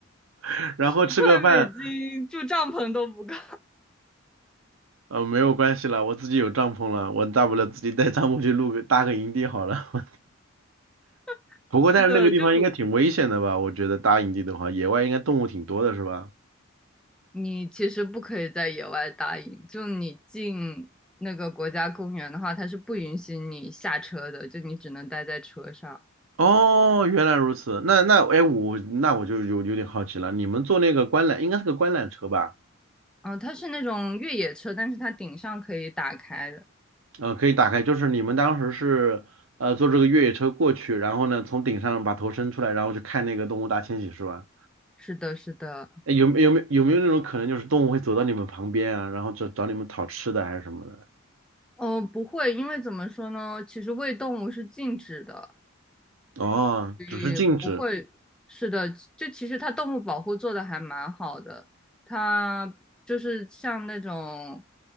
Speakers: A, on the right; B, in the centre.
A: <laughs> 然后吃个饭，
B: 十块美金住帐篷都不够。
A: 呃，没有关系了，我自己有帐篷了，我大不了自己带帐篷去露个搭个营地好了。<laughs>
B: <laughs>
A: 不过但是那个地方应该挺危险的吧？
B: 是的，就有
A: 我觉得搭营地的话，野外应该动物挺多的是吧？
B: 你其实不可以在野外搭营，就你进那个国家公园的话，它是不允许你下车的，就你只能待在车上。
A: 哦，原来如此。那那哎，我那我就有有点好奇了。你们坐那个观览，应该是个观览车吧？
B: 嗯、它是那种越野车，但是它顶上可以打开的。
A: 嗯，可以打开，就是你们当时是呃坐这个越野车过去，然后呢从顶上把头伸出来，然后去看那个动物大迁徙是吧？
B: 是的，是的。
A: 哎，有没有没有没有那种可能，就是动物会走到你们旁边啊，然后找找你们讨吃的还是什么的？
B: 哦，不会，因为怎么说呢？其实喂动物是禁止的，
A: 哦，只是禁止。
B: 也不会，是的，就其实它动物保护做的还蛮好的，它就是像那种